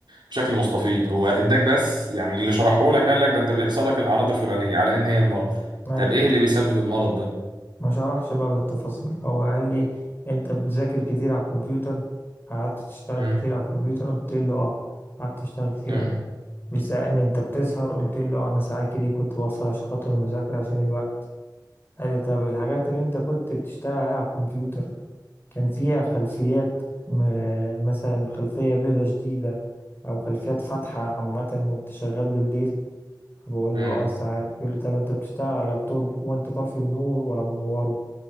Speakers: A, on the right; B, on the left.
A: بشكل مستفيض هو اداك بس يعني اللي شرحه لك قال لك ده انت بيحصل لك الاعراض الفلانيه على ان هي المرض
B: ايوه
A: طب ايه اللي بيسبب المرض ده
B: ما شرحش بقى بالتفاصيل هو قال لي انت بتذاكر كتير على الكمبيوتر قعدت تشتغل
A: مم.
B: كتير على الكمبيوتر قلت له اه قعدت اشتغل كتير
A: مم.
B: بيسألني انت بتسهر قلت له اه انا ساعات كتير كنت بسهر عشان خاطر المذاكرة عشان الوقت قال لي طب الحاجات اللي انت كنت بتشتغل عليها على الكمبيوتر كان فيها خلفيات م- مثلا خلفية بيضة شديدة او خلفيات فاتحة عامة وانت شغال بالليل فبقول
A: مم.
B: له اه ساعات بيقول لي طب انت بتشتغل على لابتوب وانت طافي النور ولا منوره